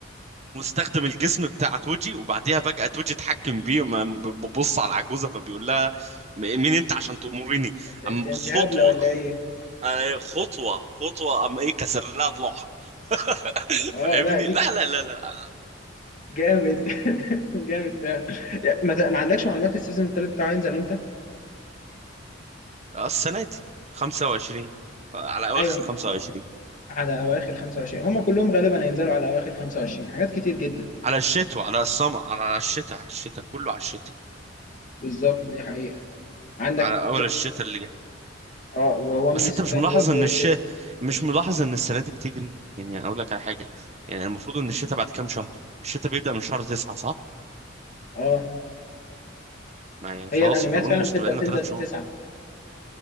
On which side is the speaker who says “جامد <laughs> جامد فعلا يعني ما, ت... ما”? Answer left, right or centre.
Left